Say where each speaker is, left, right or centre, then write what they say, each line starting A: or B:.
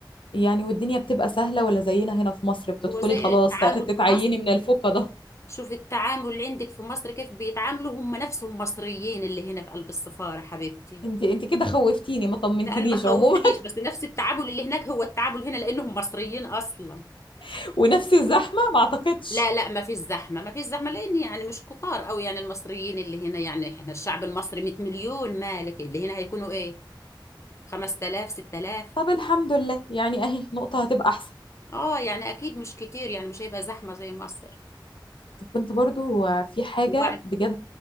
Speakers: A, on the left (about 85°); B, on the left (about 35°).
A: يعني والدنيا بتبقى سهلة ولا زينا هنا في مصر بتدخلي
B: هو زي
A: خلاص
B: التعامل
A: تتعيني
B: في مصر
A: من الفوقة ده
B: شوف التعامل اللي عندك في مصر كيف بيتعاملوا هم نفسهم مصريين اللي هنا في قلب السفارة حبيبتي
A: انت انت كده خوفتيني ما طمنتنيش
B: لا انا ما خوفتكيش
A: عموما
B: بس نفس التعامل اللي هناك هو التعامل هنا لانهم مصريين اصلا
A: <laughs> ونفس الزحمة ما اعتقدش
B: لا لا ما فيش زحمه ما فيش زحمه لان يعني مش كتار قوي يعني المصريين اللي هنا يعني احنا الشعب المصري 100 مليون مالك اللي هنا هيكونوا ايه 5000 6000
A: طب الحمد لله يعني اهي نقطة هتبقى احسن
B: اه يعني اكيد مش كتير يعني مش هيبقى زحمه زي مصر
A: طب كنت برضو في حاجة
B: وبعد
A: بجد